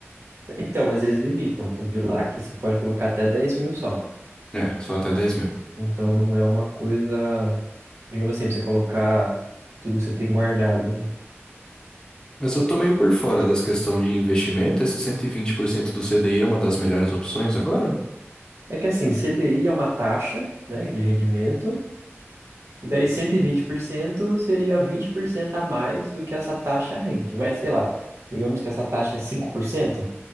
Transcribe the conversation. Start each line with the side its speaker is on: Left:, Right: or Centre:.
Right: Então, mas eles limitam. Eu vi lá que você pode colocar até dez mil só.
Left: É, só até 10 mil.
Right: Então, não é uma coisa, digamos assim, pra você colocar tudo que você tem guardado, né?
Left: Mas eu tô meio por fora dessa questão de investimento. Esse 120% do CDI é uma das melhores opções agora?
Right: É que assim, CDI é uma taxa, né, de rendimento. E daí 120% seria 20% a mais do que essa taxa rende. Mas sei lá, digamos que essa taxa é 5%,